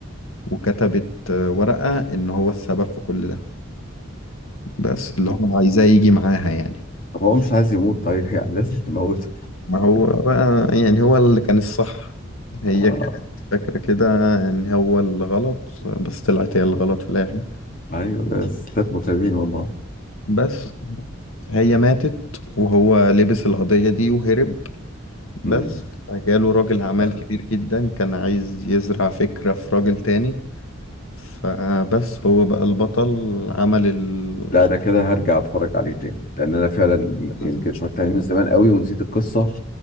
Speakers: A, on the left; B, on the left.
A: وكتبت آه، ورقه ان هو السبب في كل ده بس اللي هو عايزاه يجي معاها يعني
B: طب هو مش عايز يموت طيب <laughs> يعني لازم تموته
A: ما هو بقى يعني هو اللي كان الصح هي
B: اه
A: كانت فاكره كده ان هو اللي غلط بس طلعت هي الغلط في الاخر
B: ايوه ده ستات متعبين والله
A: بس هي ماتت وهو لبس القضيه دي وهرب
B: مم.
A: بس فجاله راجل أعمال
B: لا
A: كبير جدا كان عايز يزرع فكرة في راجل تاني فبس هو بقى البطل عمل ال
B: لا انا كده هرجع اتفرج عليه تاني لان انا فعلا
A: لازم
B: يمكن
A: تشوف
B: اتفرجت عليه من زمان قوي ونسيت القصه